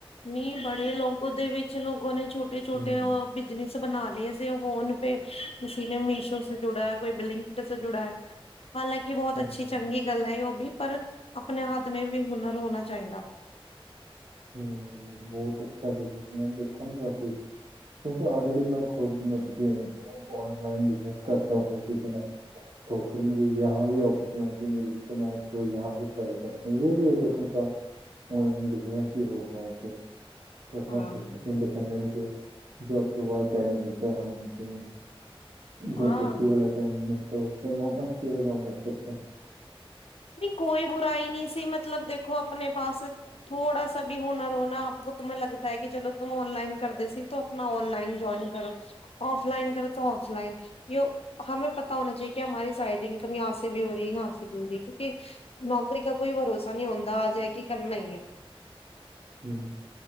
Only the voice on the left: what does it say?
ਨਹੀਂ ਬੜੇ ਲੋਗੋ ਦੇ ਵਿੱਚ ਲੋਗੋ ਨੇ ਛੋਟੇ-ਛੋਟੇ
ਉਹ ਬਿਜਨਸ ਬਣਾ ਲਏ ਸੀੇ ਉਹ ਫੋਨ ਪੇ ਕਿਸੀ ਨੇ ਮੀਸ਼ੋ ਸੇ ਜੁੜਾ ਹੈ, ਕੋਈ ਬਿਲਿੰਕ ਸੇ ਜੁੜਾ ਹੈ। ਹਾਲਾਂਕਿ ਬਹੁਤ
ਅੱਛੀ ਚੰਗੀ ਗੱਲ ਹੈ ਯੋ ਭੀ। ਪਰ ਆਪਣੇ ਹੱਦ ਮ ਵੀ ਹੁਨਰ ਹੋਣਾ ਚਾਹੀਦਾ
ਹਾਂ
ਹਾਂ
ਕੋਈ ਬੁਰਾਈ ਨਹੀਂ ਸੀ ਮਤਲਬ ਦੇਖੋ ਆਪਣੇ ਪਾਸ ਥੋੜਾ ਸ ਵੀ ਹੋਣਾ ਰੋਣਾ ਆਪ ਤ ਲਗਦਾ ਹੈ ਕਿ ਚਲੋ ਤਮ ਔਨਲਾਈਨ ਕਰਦੇ ਸੀ ਤੂੰ ਆਪਣਾ ਔਨਲਾਈਨ ਜਇਨ ਔਫਲਾਈਨ ਕਰੋ ਤਾਂ ਔਫਲਾਈਨ ਜਉ ਹਮੇ ਪਤਾ ਹੋਣਾ ਚਾਹੀਏ ਕਿ ਹਮਾਰੀ ਸਾਈਡ ਇਨਕਮ ਜਏ ਵੀ ਹੋ ਰਹੀ ਹੈ ਹ ਸੇ ਵੀ ਹੋ ਰਹੀ ਹੈ ਕਿਉਂਕਿ ਨੌਕਰੀ ਦਾ ਕੋਈ ਭਰੋਸਾ ਨਹੀ ਹੁੰਦਾ ਆ ਜਾਏ ਕੀ ਕਰਨਾ ਹੀ ਹੈ